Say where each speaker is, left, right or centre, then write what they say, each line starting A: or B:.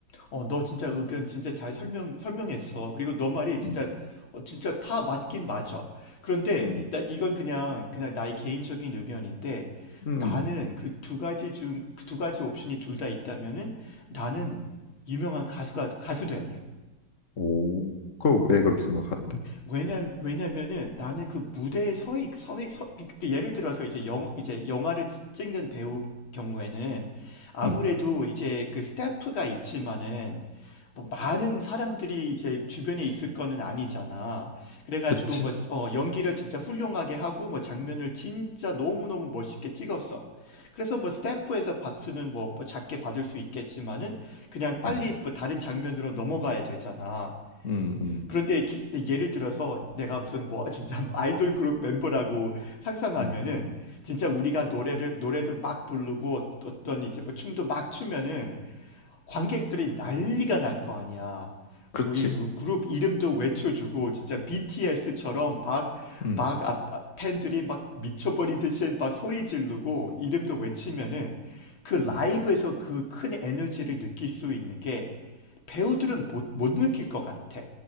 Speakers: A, on the left; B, on the left.
A: 어, 너 진짜 의견 진짜 잘 설명, 설명했어. 그리고 너 말이 진짜,
B: 음.
A: 어, 진짜 다 맞긴 맞아. 그런데
B: 음.
A: 이- 나- 이건 그냥, 그냥 나의 개인적인 의견인데
B: 음.
A: 나는 그 두 가지 중, 그 두 가지 옵션이 둘 다 있다면은 나는 유명한 가수가, 가수 될래.
B: 오, 그럼 왜 그렇게 생각하는데?
A: 왜냐 왜냐면은 나는 그 무대에 서 있, 서, 있- 서 그러니까 예를 들어서 이제 영 이제 영화를 찍는 배우 경우에는 아무래도
B: 음,
A: 이제 그 스태프가 있지만은 뭐 많은 사람들이 이제 주변에 있을 거는 아니잖아. 그래가지고
B: 그치?
A: 뭐 어, 연기를 진짜 훌륭하게 하고 뭐 장면을 진짜 너무너무 멋있게 찍었어. 그래서 뭐 스태프에서 박수는 뭐, 뭐 작게 받을 수 있겠지만은 그냥 빨리
B: 음,
A: 뭐 다른 장면으로 넘어가야 되잖아.
B: 음, 음,
A: 그런데 예를 들어서 내가 무슨 뭐 진짜 뭐 아이돌 그룹 멤버라고 상상하면은
B: 음,
A: 진짜 우리가 노래를 노래를 막 부르고 어떤 이제 뭐 춤도 막 추면은 관객들이 난리가 날 거 아니야.
B: 그치?
A: 우리 그룹 이름도 외쳐주고 진짜 BTS처럼 막막
B: 음,
A: 팬들이 막 미쳐버리듯이 막 소리 지르고 이름도 외치면은 그 라이브에서
B: 음,
A: 그 큰 에너지를 느낄 수 있는 게 배우들은 못, 못 느낄 것 같아.